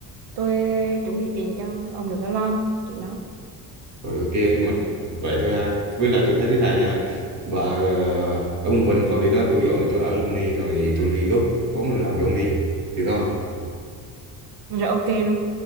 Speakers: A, on the right (about 75°); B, on the right (about 45°).
A: tôi chuẩn bị tiền cho ông đừng có lo chuyện đó.
B: Rồi ok mà vậy thôi à. Với lại tôi thấy thế này à. Bà ờ, ở quận Bình thôi để đó tôi dọn tôi ở luôn đi rồi tôi ly gốc vốn rồi làm luôn đi được không?
A: Rồi ok luôn.